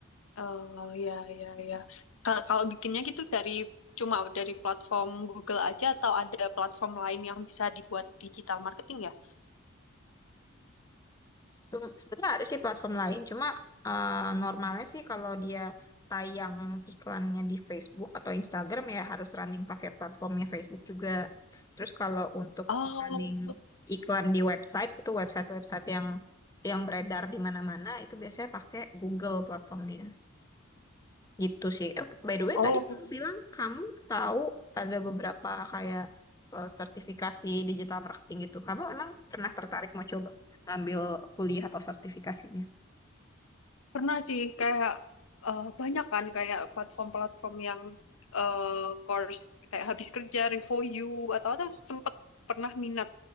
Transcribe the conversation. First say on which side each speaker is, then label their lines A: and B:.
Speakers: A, on the left; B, on the left.
A: oh ya ya ya. Ka- Kalau bikinnya gitu dari cuma dari platform Google aja atau ada platform lain yang bisa dibuat digital marketing ya?
B: Sem- Sebetulnya ada sih platform lain, cuma eh, normalnya sih kalau dia tayang iklannya di Facebook atau Instagram ya harus running pakai platformnya Facebook juga. Terus kalau untuk
A: Oh,
B: running iklan di website itu website-website yang yang beredar di mana-mana itu biasanya pakai Google platformnya. Gitu sih. Eh, By the way,
A: oh
B: tadi kamu bilang kamu tahu ada beberapa kayak eh, sertifikasi digital marketing gitu. Kamu emang pernah tertarik mau coba ngambil kuliah atau sertifikasinya?
A: pernah sih kayak eh, banyak kan kayak platform-platform yang eh, course kayak habis kerja review you atau atau sempet pernah minat.